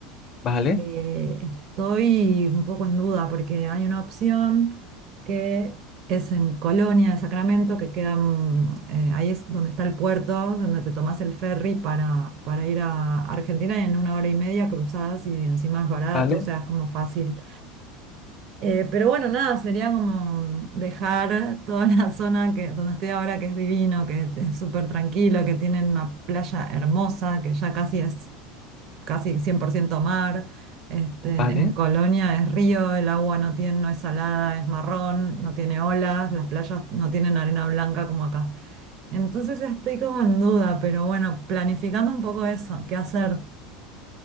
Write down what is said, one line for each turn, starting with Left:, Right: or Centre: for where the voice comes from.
Left: vale,
Right: Eh, estoy un poco en duda porque hay una opción que es en Colonia de Sacramento, que queda, mm, eh, ahí es donde está el puerto, donde te tomás el ferry para, para ir a Argentina y en una hora y media cruzadas y encima es barato,
Left: vale,
Right: o sea, es como fácil eh, pero bueno, nada, sería como dejar toda la <laughs> zona que, donde estoy ahora, que es divino, que es súper tranquilo, que tienen una playa hermosa, que ya casi es casi 100% mar. Este,
Left: vale.
Right: en Colonia es río, el agua no tiene, no es salada, es marrón, no tiene olas, las playas no tienen arena blanca como acá. Entonces estoy como en duda, pero bueno, planificando un poco eso, ¿qué hacer?